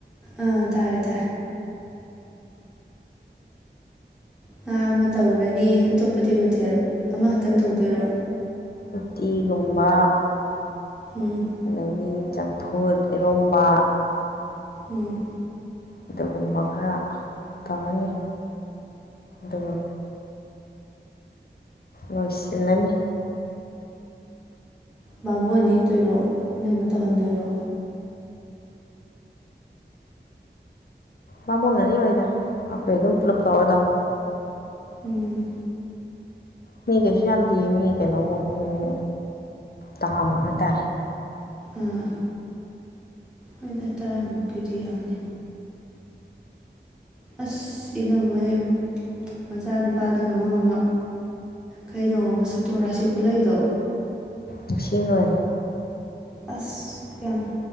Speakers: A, in the centre; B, on the left.
A: ꯑꯥ ꯇꯥꯔ‌ꯦ ꯇꯥ ꯉꯥ ꯑꯃ ꯇꯧꯔꯅꯤ ꯑꯇꯣꯞꯄꯗꯤ ꯃꯊꯦꯜ ꯑꯃꯈꯛꯇꯪ ꯇꯧꯗꯣꯏꯔꯣ
B: ꯎꯇꯤꯒꯨꯝꯕ
A: ꯎꯝ
B: ꯑꯗꯒꯤ ꯆꯝꯐꯨꯠ ꯏꯔꯣꯝꯕꯥ
A: ꯎꯝ
B: ꯑꯗꯨꯒꯨꯝꯕ ꯈꯔ ꯇꯧꯔꯅꯤ ꯗꯨꯒ ꯂꯣꯏꯁꯤꯜꯂꯅꯤ
A: ꯕꯥꯃꯣꯟ ꯅꯦꯛꯇꯣꯏꯔꯣ ꯏꯅꯝꯃ ꯇꯧꯍꯟꯗꯣꯏꯔꯣ
B: ꯕꯥꯃꯣꯟꯒ ꯅꯦꯛꯑꯣꯏꯗ ꯑꯈꯣꯏ ꯑꯗꯨꯝ ꯄꯨꯂꯞ ꯇꯧꯔꯗꯧ
A: ꯎꯝ
B: ꯃꯤ ꯀꯩꯁꯨ ꯌꯥꯝꯗꯤꯌꯦ ꯃꯤ ꯀꯩꯅꯣꯃꯨꯛ ꯎꯝ ꯇꯔꯥꯃꯨꯛ ꯍꯥꯏꯇꯥꯔꯦ
A: ꯑꯥ ꯍꯣꯏꯗ ꯇꯔꯥꯃꯨꯛꯀꯤꯗꯤ ꯌꯥꯅꯤ ꯑꯁ ꯏꯅꯝꯃꯩ ꯃꯆꯥꯅꯨꯄꯥꯗꯨꯅ ꯃꯔꯣꯝꯃ ꯀꯩꯅꯣ ꯃꯁꯛꯇꯣ ꯔꯥꯁꯤ ꯈꯨꯂꯩꯗꯣ
B: ꯅꯧꯡꯁꯤꯕꯟ
A: ꯑꯁ ꯌꯥꯝ